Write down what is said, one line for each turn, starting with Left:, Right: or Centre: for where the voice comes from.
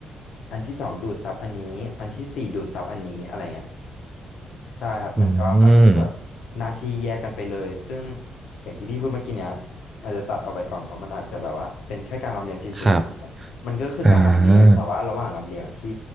Left: อันที่สองดูดซับอันนี้อันที่สี่ดูดซับอันนี้อะไรเงี้ย ใช่ครับมันก็ค่อนข้างที่แบบหน้าที่แยกกันไปเลยซึ่ง
Right: อืม
Left: อย่างที่พี่พูดเมื่อกี้เนี่ยอาจจะตัดออกไปก่อนเพราะมันอาจจะแบบว่าเป็นแค่การลำเลียงเฉยๆมันมันก็คือการลำเลียงแต่ว่าระหว่างลำเลียงพี่
Right: ครับอ่า